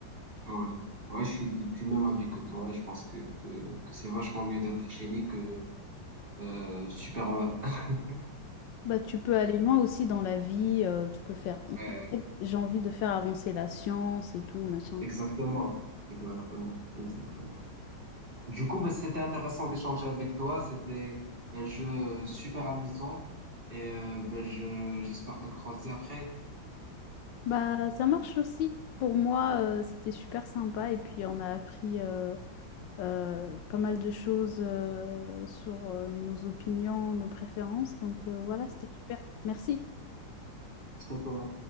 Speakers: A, on the right (about 30°); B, on the left (about 75°).
A: ouais. Ouais, je suis du du même avis que toi. Je pense que, que, que c'est vachement mieux d'être génie que euh, Superman. <laughs>
B: Bah, tu peux aller loin aussi dans la vie, euh, tu peux faire...
A: Ouais.
B: J'ai envie de faire avancer la science et tout, machin.
A: Exactement, exactement, exactement. Du coup, bah, c'était intéressant d'échanger avec toi. C'était un jeu super amusant et euh, bah, je, j'espère te croiser après.
B: Bah, ça marche aussi. Pour moi, euh, c'était super sympa et puis on a appris euh, euh, pas mal de choses euh, sur euh, nos opinions, nos préférences. Donc, euh, voilà, c'était super. Merci.
A: Merci à toi.